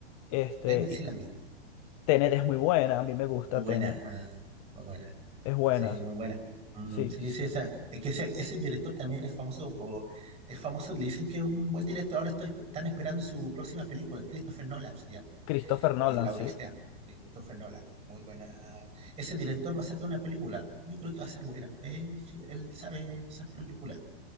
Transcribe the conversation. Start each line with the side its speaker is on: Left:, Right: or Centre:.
Left: este,
Right: Tenet
Left: y
Right: sí la vi,
Left: Tenet es muy buena, a mí me gusta
Right: muy buena,
Left: Tenet,
Right: ah, muy buena.
Left: es buena.
Right: Sí, muy buena. Mm,
Left: Sí,
Right: sí, sí, esa, es que ese, ese director también es famoso por, es famoso, le dicen que es un buen director. Ahora estoy, están esperando su próxima película, Christopher Nolan se llama,
Left: Christopher Nolan,
Right: y La
Left: sí.
Right: Odisea, de Christopher Nolan. Muy buena. Ese director va a sacar una película. Yo creo que va a ser buena. Eh, sí, él sabe esas películas.